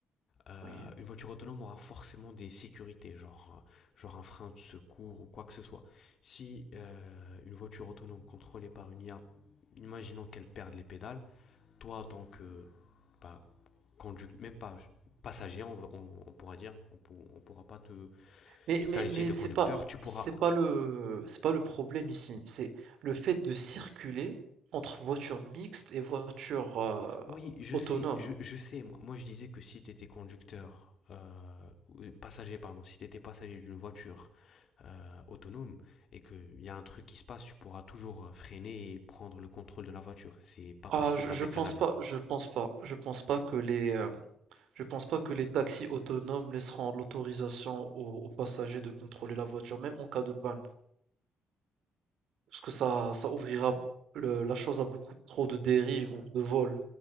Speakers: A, on the left; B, on the right.
A: Euh,
B: Oui.
A: une voiture autonome aura forcément des sécurités, genre, euh, genre un frein de secours ou quoi que ce soit. Si euh, une voiture autonome contrôlée par une IA, imaginons qu'elle perde les pédales, toi en tant que bah, conducteur même pas passager, on, on- on pourra dire, on, pour- on pourra pas te,
B: Mais
A: te
B: mais
A: qualifier
B: mais
A: de
B: c'est
A: conducteur,
B: pas
A: tu pourras
B: c'est pas le c'est pas le problème ici, c'est le fait de circuler entre voitures mixtes et voitures, heu,
A: Oui, je
B: autonomes.
A: sais, je, je sais. Moi, moi, je disais que si tu étais conducteur, euh, ou- passager, pardon, si tu étais passager d'une voiture euh, autonome et qu'il y a un truc qui se passe, tu pourras toujours freiner et prendre le contrôle de la voiture. C'est pas
B: Ah,
A: possible
B: je
A: avec
B: je pense
A: un avion.
B: pas je pense pas je pense pas que les, heu, je pense pas que les taxis autonomes laisseront l'autorisation aux aux passagers de contrôler la voiture, même en cas de panne. Parce que ça ça ouvrira le la chose à beaucoup trop de dérives ou de vols.